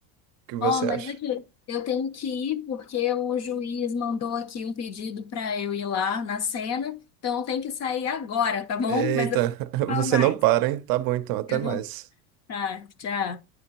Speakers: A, on the right; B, on the left.
A: O que você
B: Ó, mas
A: acha?
B: aqui, eu tenho que ir porque o juiz mandou aqui um pedido para eu ir lá na cena. Então eu tenho que sair agora, tá bom?
A: Eita,
B: Mas depois eu
A: <laughs>
B: falo
A: você
B: mais.
A: não para, hein? Tá bom então, até
B: Eu
A: mais.
B: não. Tá, tchau.